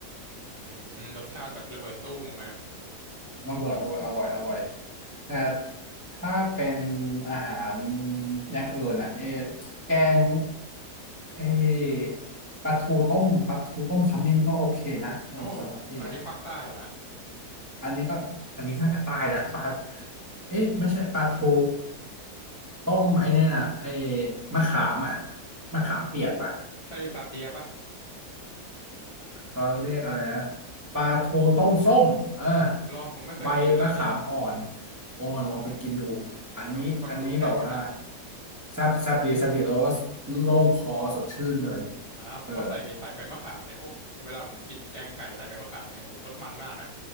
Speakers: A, on the left; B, on the right.
A: อื้อหือรสชาติแบบระเบิดตู้มออกมา
B: ระเบิดเลยอร่อยอร่อยแต่ถ้าเป็นอาหารอย่างอื่นอ่ะเออแกงเออปลาทูต้มปลาทูต้มขมิ้นก็โอเคนะเออสำหรับพี่อ่ะ
A: โอ้อันนี้ภาคใต้เหรอฮะ
B: อันนี้ก็อันนี้น่าจะใต้นะ <laughs> ปลาเอ๊ะไม่ใช่ปลาทูต้มไอ้เนี่ยนะไอ้มะขามอ่ะมะขามเปียกป่ะ
A: อ่าใช่ซาเตียปะ
B: เขาเรียกอะไรนะปลาทูต้มส้มอ่า
A: รอผมไม่เคยกินเลยเนี่ย
B: ใบมะขามอ่อนโอ้ลองไปกินดูอันนี้อันนี้แบบว่า
A: ฟังฟังดูแซ่บอยู่นะ
B: แซ่บแซ่บดีแซ่บดีแล้วก็โล่งคอสดชื่นเลย
A: อ่าผมว่าใส่ใส่ใบมะขามเนี่ยพวกเวลาผมกินแกงไก่ใส่ใบมะขามเนี่ยโหสดมันมากนะ
B: เออ